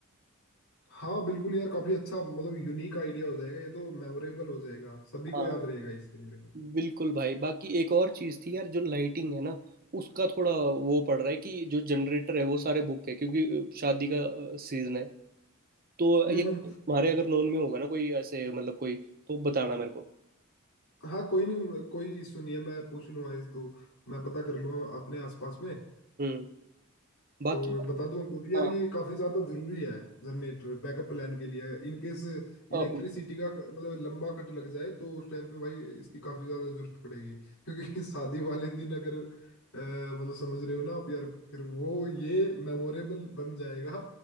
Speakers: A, on the left; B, on the right.
A: हाँ बिल्कुल यार काफी अच्छा मतलब यूनिक आइडिया हो जाएगा ये तो मेमोरेबल हो जाएगा सभी
B: हाँ
A: को याद रहेगा इसके बारे में
B: बिल्कुल भाई बाकी एक और चीज़ थी यार जो लाइटिंग है ना उसका थोड़ा वो पड़ रहा है कि जो जनरेटर है वो सारे बुक है क्योंकि शादी का सीजन है तो
A: हम्म
B: यार
A: हम्म।
B: तुम्हारे अगर नॉन में होगा ना कोई ऐसे मतलब कोई तो बताना मेरे को
A: हाँ कोई नहीं कोई सुनिए मैं पूछ लूंगा इस तो मैं पता कर लूंगा अपने आसपास में
B: हम्म बाकी
A: तो बता दूं आपको कि यार
B: हाँ
A: ये काफी ज्यादा जरूरी है जनरेटर बैकअप प्लान के लिए इन केस
B: हाँ,
A: इलेक्ट्रिसिटी का मतलब लंबा कट लग जाए तो उस टाइम पे भाई इसकी काफी ज्यादा जरूरत पड़ेगी क्योंकि <laughs> शादी वाले दिन अगर अ, मतलब समझ रहे हो ना आप यार फिर वो ये मेमोरेबल बन जाएगा